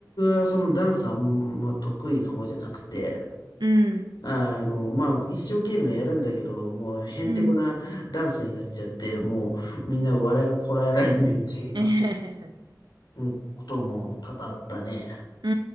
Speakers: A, on the left (about 75°); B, on the right (about 75°).
A: はそのダンスあんま得意な方じゃなくて、
B: うん、
A: あの、まあ、一生懸命やるんだけど、もう、へんてこなダンスになっちゃって、
B: うん。
A: もう、みんな笑いがこらえられるみたいな、
B: <laughs> えへへへ
A: うん、ことも多々あったね。
B: う